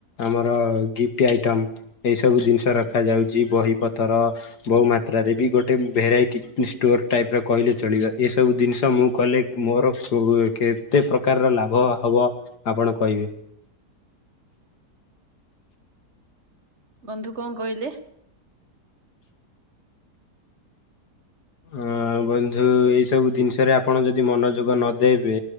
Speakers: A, on the left; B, on the right.
A: ଆମର ଗିଫ୍ଟ ଆଇଟମ୍ ଏଇ ସବୁ ଜିନିଷ ରଖାଯାଉଚି ବହି ପତର ବୋହୂ ମାତ୍ରାରେ ବି ଗୋଟେ ଭେରାଇଟି ଷ୍ଟୋର ଟାଇପ୍ ର କହିଲେ ଚଳିବା ଏସବୁ ଦିନ୍ସ ମୁଁ କଲେ ମୋର କୋଉ କେତେ ପ୍ରକାରର ଲାଭ ହବ ଆପଣ କହିବେ
B: ବନ୍ଧୁ କଁ କହିଲେ?
A: ଅଁ। ବନ୍ଧୁ ଏଇ ସବୁ ଜିନିଷରେ ଆପଣ ଯଦି ମନଯୋଗ ନଦେବେ